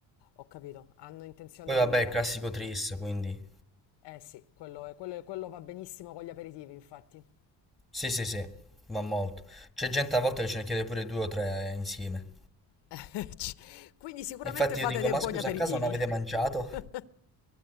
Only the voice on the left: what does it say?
Ho capito, hanno intenzione
di
allargare.
Eh sì, quello, è- quello è- quello va benissimo con gli aperitivi, infatti.
<laughs> Ci- Quindi sicuramente
fate
dei
buoni
aperitivi.
<laughs>